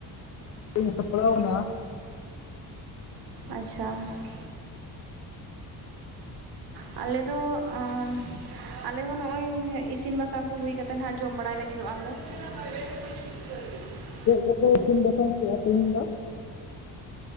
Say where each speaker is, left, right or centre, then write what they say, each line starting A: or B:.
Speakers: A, on the left (about 40°); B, on the right (about 65°).
A: ᱪ ᱥᱯᱲᱟᱣᱱᱟ <inaudible>
B: ᱟᱪᱷᱟ ᱾ ᱟᱞᱮ ᱫᱚ ᱾ ᱟᱞᱮ ᱦᱚᱸ ᱱᱚᱜᱼᱚᱭ ᱤᱥᱤᱱ ᱵᱟᱥᱟᱝ ᱠᱚ ᱦᱩᱭ ᱠᱟ ᱠᱟᱛᱮᱫ ᱦᱟᱸᱜ ᱡᱚᱢ ᱵᱟᱲᱟᱭ ᱞᱟᱹᱜᱤᱫᱚᱜᱼᱟᱞᱮ ᱾ <unintelligible>
A: ᱪᱮᱫ ᱡᱚᱛᱚ ᱤᱥᱤᱱ ᱵᱟᱥᱟᱝ ᱠᱚᱼᱟ ᱛᱮᱦᱤᱧ ᱫᱚ ᱾